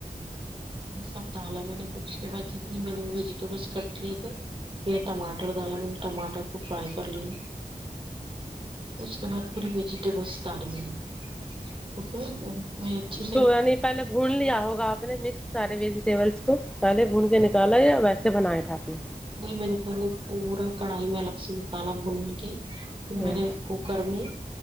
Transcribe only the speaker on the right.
سب ڈالا میں نے پھر اس کے بعد جتنی میں نے ویجیٹیبلس کٹ کے تھے م ٹماٹر ڈالا میں ٹماٹر کو فرائی کر لیں اس کے بعد پوری ویجیٹیبلس دالے گے اوکے اچھے
سے
جی میں نے پہلے پورا کڑھائی میں الگ سے نکالا بھون کے میں
نے کوکر میں